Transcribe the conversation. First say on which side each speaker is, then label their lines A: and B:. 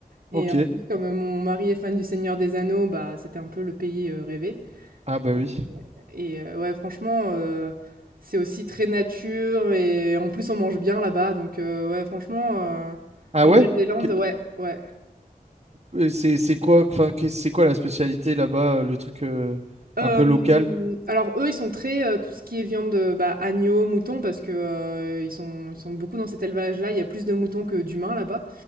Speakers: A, on the right (about 80°); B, on the right (about 45°).
A: Et
B: Ok.
A: en plus, comme mon mari est fan du Seigneur des Anneaux, bah, c'était un peu le pays euh, rêvé.
B: Ah bah
A: Et,
B: oui.
A: et, euh, ouais, franchement, euh, c'est aussi très nature. Et en plus, on mange bien là-bas. Donc, euh, ouais, franchement, euh,
B: Ah
A: Nouvelle-Zélande,
B: ouais? Qu'est-
A: ouais, ouais.
B: euh, C'est c'est quoi, enfin, qu'est- c'est quoi la spécialité là-bas, euh, le truc euh,
A: Hem,
B: un peu local?
A: alors eux, ils sont très, heu, tout ce qui est viande, heu, bah, agneau, mouton parce que, heu, ils sont ils sont beaucoup dans cet élevage-là. Il y a plus de moutons que d'humains là-bas,